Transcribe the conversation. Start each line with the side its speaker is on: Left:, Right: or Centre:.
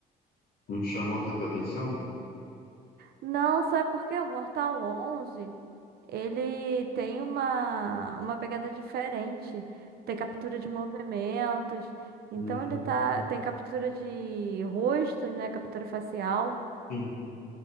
Left: não te chamou tanta atenção?
Right: Não, sabe por quê? O Mortal 11, ele tem uma, uma pegada diferente. Tem captura de movimentos. Então,
Left: Uhum.
Right: ele tá... Tem captura de rostos, né? Captura facial.
Left: Sim,